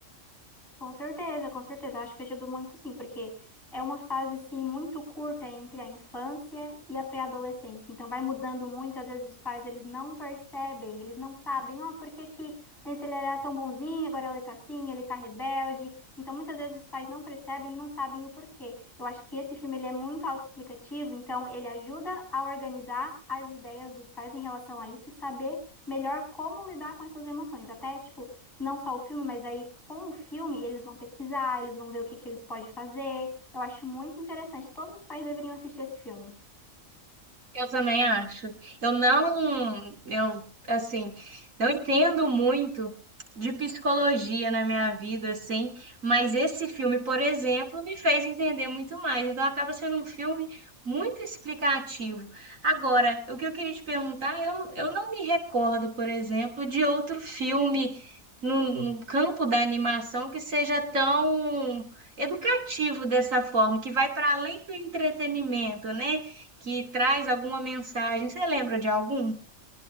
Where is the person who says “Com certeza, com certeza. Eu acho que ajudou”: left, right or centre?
Left